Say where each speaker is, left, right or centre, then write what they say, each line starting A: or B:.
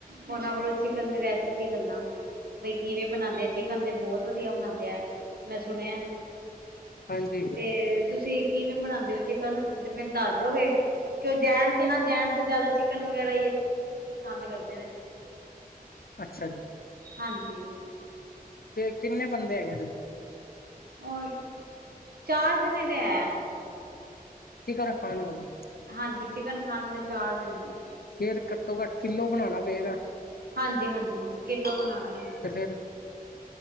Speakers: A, on the right; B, on the left.
A: ਉਹਨਾਂ ਕੋਲੋਂ ਚਿਕਨ ਦੀ ਰੈਸਿਪੀ ਲੈਲਾਂ। ਬਈ ਕਿਵੇਂ ਬਣਾਦੇ ਆ ਚਿਕਨ ਤੇ ਬਹੁਤ ਵਧੀਆ ਬਣਾਉਂਦੇ ਆ, ਮੈਂ ਸੁਣਿਆ।
B: ਹਾਂਜੀ
A: ਤੇ ਤੁਸੀਂ ਕਿਵੇਂ ਬਨਾਉਂਦੇ ਓ ਚਿਕਨ, ਤੇ ਮੈਨੂੰ ਦੱਸ ਦੋਗੇ? ਕਿਊ ਜੈਂਟਸ ਏ ਨਾ, ਜੈਂਟਸ ਤੇ ਜ਼ਿਆਦਾ ਚਿਕਨ ਵਗੈਰਾ ਹੀ ਪਸੰਦ ਕਰਦੇ ਨੇ।
B: ਅੱਛਾ ਜੀ
A: ਹਾਂਜੀ
B: ਤੇ ਕਿੰਨੇ ਬੰਦੇ ਹੈਗੇ ਨੇ?
A: ਔਰ ਚਾਰ ਜਣੇ ਤੇ ਹੈ।
B: ਚਿਕਨ ਖਾਣ ਵਾਲੇ?
A: ਹਾਂਜੀ, ਚਿਕਨ ਖਾਣ ਵਾਲੇ ਚਾਰ ਜਣੇ ਨੇ।
B: ਫੇਰ ਘੱਟੋ- ਘੱਟ ਕਿਲੋ ਬਣਾਉਣਾ ਪਏਗਾ।
A: ਹਾਂਜੀ ਹਾਂਜੀ ਕਿੱਲੋ ਬਣਾ ਲਾਂਗੇ
B: ਤੇ ਫਿਰ,